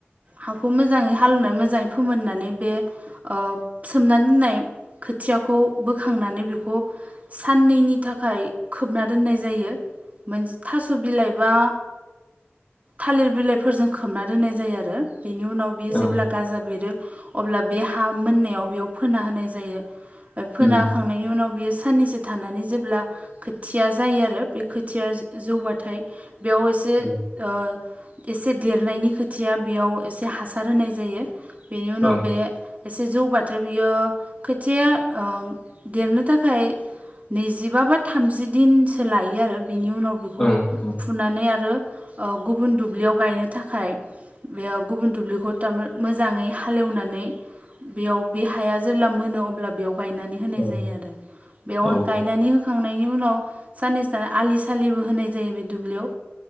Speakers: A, on the right (about 35°); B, on the left (about 30°).
A: हाखौ मोजाङै हालेवनाय मोजाङै फोमोननानै बे ओ सोमना दोननाय खोथियाखौ बोखांनानै बेखौ साननैनि थाखाय खोबना दोननाय जायो मोन थास' बिलाइ बा थालिर बिलाइफोरजों खोबना दोननाय जायो आरो बेनि उनाव बियो जेब्ला
B: ओं
A: गाजा बेरो अब्ला बे हा मोननायाव बेयाव फोना होनाय जायो फोना
B: उम
A: होखांनायनि उनाव बियो साननैसो थानानै जेब्ला खोथिया जायो आरो बे खोथिया जौबाथाय बेयाव एसे
B: उम
A: ओ एसे देरनायनि खोथिया बेयाव एसे हासार होनाय जायो बेनि उनाव
B: ओं
A: बे एसे जौबाथाय बियो खोथिया देरनो थाखाय नैजिबा बा थामजि दिनसो लायो आरो बिनि उनाव बेखौ
B: ओं ओं
A: फुनानै आरो ओ गुबुन दुब्लियाव गायनो थाखाय बेयाव गुबुन दुब्लिखौ थारमा- मोजाङै हालेवनानै बेयाव बे हाया जेब्ला मोनो अब्ला बेयाव गायनानै होनाय
B: ओं
A: जायो आरो बेयाव
B: औ
A: गायनानै हो होखांनायनि उनाव साननैसो थाना आलि सालिबो होनाय जायो बे दुब्लियाव